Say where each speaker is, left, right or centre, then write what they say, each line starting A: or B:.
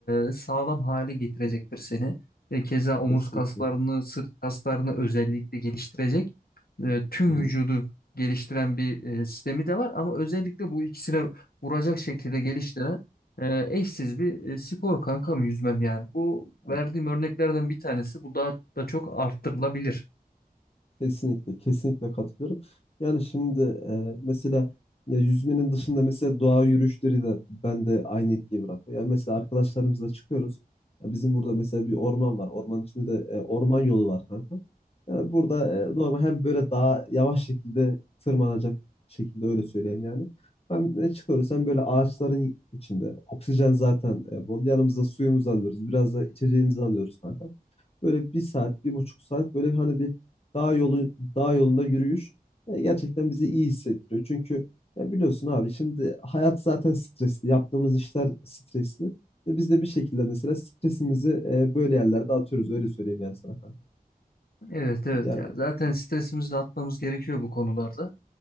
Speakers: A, on the left; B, on the left.
A: e, sağlam hale getirecektir seni. E, keza omuz
B: Kesinlikle.
A: kaslarını, sırt kaslarını özellikle geliştirecek. E, tüm
B: Hı hı.
A: vücudu geliştiren bir e, sistemi de var ama özellikle bu ikisine vuracak şekilde geliştiren e, eşsiz bir e, spor kankam yüzmem yani. Bu
B: Ya
A: verdiğim örneklerden bir tanesi. Bu daha da çok arttırılabilir.
B: Kesinlikle, kesinlikle katılıyorum. Yani şimdi e, mesela ya yüzmenin dışında mesela doğa yürüyüşleri de bende aynı etkiyi bırakıyor. Yani mesela arkadaşlarımızla çıkıyoruz. Ya bizim burada mesela bir orman var. Orman içinde de e, orman yolu var kanka. Yani burada e, normal hem böyle daha yavaş şekilde tırmanacak şekilde öyle söyleyeyim yani. Hem e, çıkıyoruz hem böyle ağaçların içinde. Oksijen zaten e, bol. Yanımızda suyumuzu alıyoruz. Biraz da içeceğimizi alıyoruz kanka. Böyle bir saat, bir buçuk saat böyle hani bir dağ yolu, dağ yolunda yürüyüş e, gerçekten bizi iyi hissettiriyor. Çünkü ya biliyorsun abi şimdi hayat zaten stresli. Yaptığımız işler stresli. Ve biz de bir şekilde mesela stresimizi e, böyle yerlerde atıyoruz. Öyle söyleyeyim yani sana kanka.
A: Evet evet
B: Yani
A: ya zaten stresimizi de atmamız gerekiyor bu konularda.